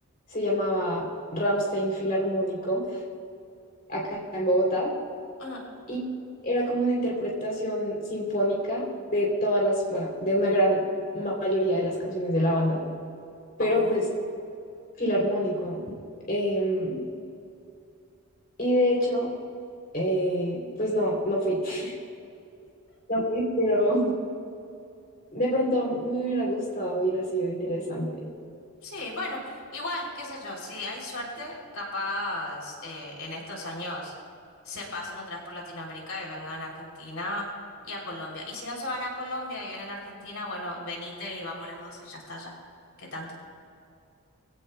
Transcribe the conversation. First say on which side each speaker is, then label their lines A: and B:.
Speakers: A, on the left; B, on the left.
A: se llamaba Ramstein Filarmónico, acá en Bogotá,
B: Ujú.
A: y era como una interpretación sinfónica de todas las, bueno, de una gran mayoría de las canciones de la banda, pero
B: Oh,
A: pues filarmónico. Em, y de hecho, eh, pues no, no fui. <laughs> No fui, pero De pronto me hubiera gustado, hubiera sido interesante.
B: sí, bueno, igual, qué sé yo, si hay suerte, capaz eh, en estos años se pasen otra vez por Latinoamérica y vengan a Argentina y a Colombia. Y si no se van a Colombia y vienen a Argentina, bueno, venite y vamos las dos y ya está ya. ¿Qué tanto?